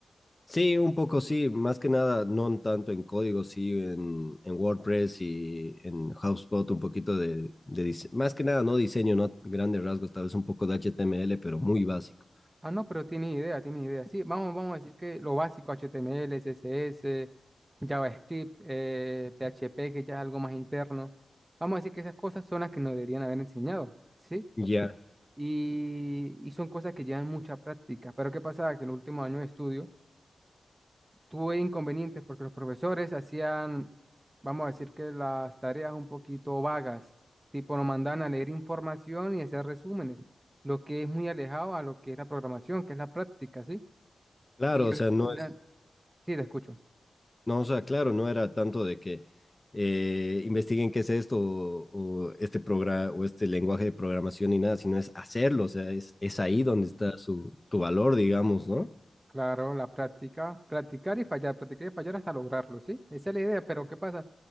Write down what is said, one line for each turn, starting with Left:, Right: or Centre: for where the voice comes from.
Left: Sí, un poco sí, más que nada, no tanto en código, sí, en, en WordPress y en HubSpot, un poquito de, de dise- más que nada, no diseño, no grandes rasgos, tal vez un poco de HTML, pero muy básico.
Right: Ah, no, pero tiene idea, tiene idea. Sí, vamos, vamos a decir que lo básico, HTML, CSS, JavaScript, eh, PHP, que ya es algo más interno. Vamos a decir que esas cosas son las que nos deberían haber enseñado, ¿sí?
Left: Ya,
Right: Y, y son cosas que llevan mucha práctica. Pero ¿qué pasaba? Que en los últimos años de estudio tuve inconvenientes porque los profesores hacían, vamos a decir que las tareas un poquito vagas, tipo nos mandaban a leer información y hacer resúmenes, lo que es muy alejado a lo que es la programación, que es la práctica, ¿sí?
Left: claro,
Right: Y
Left: o
Right: al
Left: sea, no
Right: final,
Left: es,
Right: sí, te escucho.
Left: no, o sea, claro, no era tanto de que eh, investiguen qué es esto o, o este programa o este lenguaje de programación ni nada, sino es hacerlo, o sea, es, es ahí
Right: Sí.
Left: donde está su, tu valor, digamos, ¿no?
Right: Claro, la práctica, practicar y fallar, practicar y fallar hasta lograrlo, ¿sí? Esa es la idea, pero ¿qué pasa?